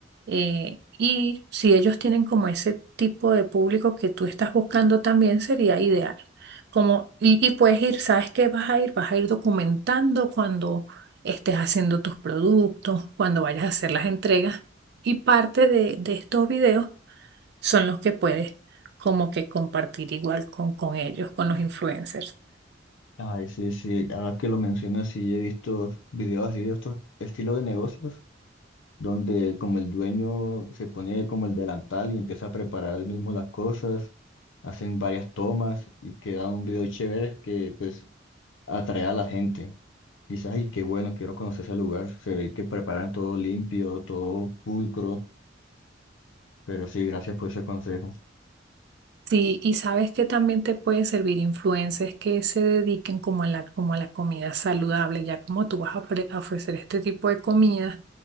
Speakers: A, on the right; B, on the left.
A: eh, y si ellos tienen como ese tipo de público que tú estás buscando también sería ideal como, y, y puedes ir, ¿sabes qué vas a ir? Vas a ir documentando cuando estés haciendo tus productos, cuando vayas a hacer las entregas. Y parte de, de estos videos son los que puedes como que compartir igual con, con ellos, con los influencers.
B: Ay, sí, sí. Ahora que lo mencionas, sí he visto videos así de otro estilo de negocios, donde como el dueño se pone como el delantal y empieza a preparar él mismo las cosas, hacen varias tomas y queda un video chévere que pues atrae a la gente. Dices, ay, qué bueno, quiero conocer ese lugar. Se ve que preparan todo limpio, todo pulcro. Pero sí, gracias por ese consejo.
A: Sí, y sabes que también te puede servir influencers que se dediquen como a la, como a la comida saludable, ya como tú vas a, ofre- a ofrecer este tipo de comidas,